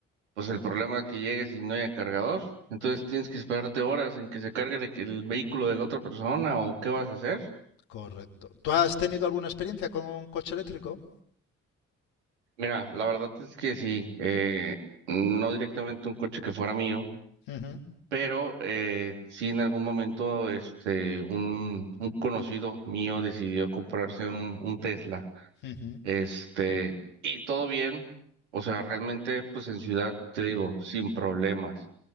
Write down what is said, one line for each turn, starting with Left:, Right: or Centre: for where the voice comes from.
Right: pues el problema es que llegues y no haya cargador. Entonces
Left: Co-
Right: tienes que esperarte horas en que se cargue el, el vehículo de la otra persona o qué vas a hacer.
Left: Correcto. ¿Tú has tenido alguna experiencia con un coche eléctrico?
Right: Mira, la verdad es que sí, eh, no directamente un coche que fuera mío
Left: Ujú,
Right: Pero eh, sí en algún momento este un, un conocido mío decidió comprarse un, un Tesla.
Left: ujú,
Right: Este, y todo bien. O sea, realmente, pues en ciudad, te digo, sin problemas.